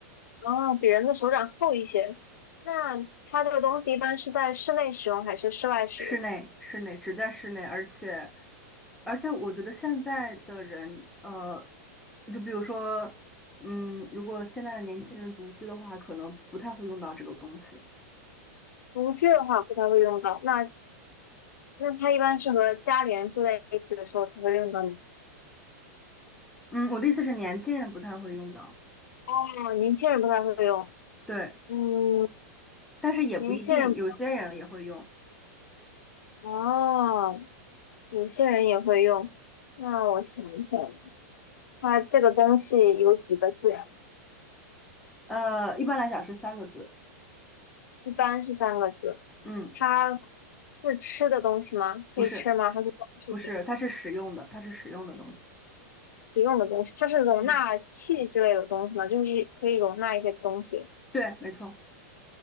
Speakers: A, on the left; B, in the centre.
A: 哦，比人的手掌厚一些。那它这个东西一般是在室内使用还是室外使用？
B: 室内，室内，只在室内，而且，而且我觉得现在的人，呃，就比如说，嗯，如果现在的年轻人独居的话，可能不太会用到这个东西。
A: 独居的话不太会用到，那那它一般是和家里人住在一起的时候才会用到呢。
B: 嗯，我的意思是年轻人不太会用到。
A: 哦，年轻人不太会用，
B: 对。
A: 嗯，
B: 但是也不一定，
A: 年轻人不太会。
B: 有些人也会用。
A: 哦，有些人也会用。那我想一想，它这个东西有几个字呀？
B: 呃，一般来讲是三个字。
A: 一般是三个字。
B: 嗯，
A: 它是吃的东西吗？可以吃吗？
B: 不是，
A: 还是装饰品？
B: 不是，它是实用的，它是实用的东西。
A: 使用的东西？它是容纳器之类的东西吗？
B: 嗯，
A: 就是可以容纳一些东西。
B: 对，没错。